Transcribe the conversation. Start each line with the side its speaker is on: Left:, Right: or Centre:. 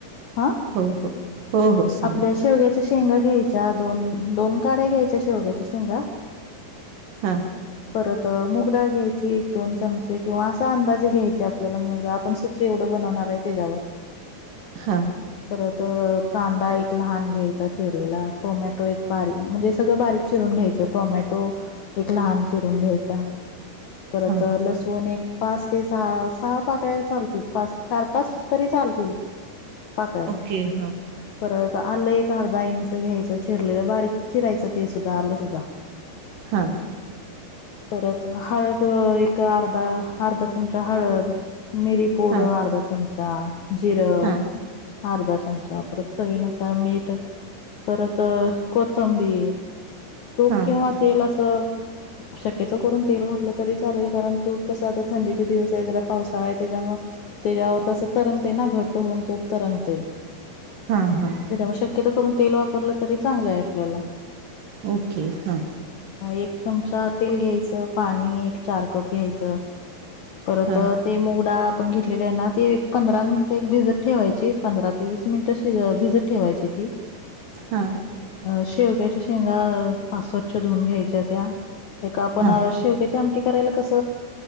Left: आ?
Right: हो हो हो हो सांगा
Left: आपल्या शेवग्याच्या शेंगा घ्यायच्या दोन, दोन काड्या घ्यायच्या शेवग्याच्या शेंगा
Right: हा.
Left: परत अ मुगडाळ घ्यायची एक दोन चमचे किंवा असा अंदाजे घ्यायची आपल्याला मुगडाळ, आपण सुप केवढं बनवणार आहे त्याच्यावर,
Right: हां
Left: परत अ कांदा एक लहान घ्यायचा चिरलेला टोमॅटो एक बारी,, म्हणजे सगळं बारीक चिरून घ्यायचं टोमॅटो तो एक लहान चिरून घ्यायचा, परत
Right: हां
Left: अ लसुण एक पाच ते सहा सहा पाकळ्या चालतील पाच चार पाच तरी चालतील. पाकळ्या
Right: ओके हां
Left: परत आलं ए चार दहा इंच घ्यायचं चिरलेलं बारीक चिरायचं ते सुद्धा आलं सुद्धा.
Right: हा.
Left: परत हळद एक अर्धा अर्धा चमचा हळद. मिरीपूड
Right: हां
Left: अर्धा चमचा जिरं.
Right: हां
Left: अर्धा चमचा परत चवी नुसार मीठ. परत अ कोथंबीर तूप
Right: हां
Left: किंवा तेल असं शक्यतो करून तेल घातलं तरी चालेल, कारण तूप कसं आता थंडीचे दिवस आहे जरा पावसाळा आहे त्याच्यामुळं त्याच्यावर तसं तरंगतय ना घट्ट होऊन तुप तरंगतय.
Right: हां हां
Left: त्याच्यामुळं शक्यतो करून तेल वापरलं तरी चांगलं आहे आपल्याला.
Right: ओके हा.
Left: एक चमचा तेल घ्यायचं पाणी एक चार कप घ्यायचं. परत
Right: हां
Left: अ ते मुगडाळ आपण घेतलेले आहे ना ते एक पंधरा मिनिटं एक भिजत ठेवायची, पंधरा ते वीस मिनिटं शी भिजत ठेवायची ती.
Right: हा.
Left: शेवग्याच्या शेंगा पा स्वच्छ धुून घ्यायच्या त्या एक आपण
Right: हां
Left: शेवग्याची आमटी आमटी करायला कस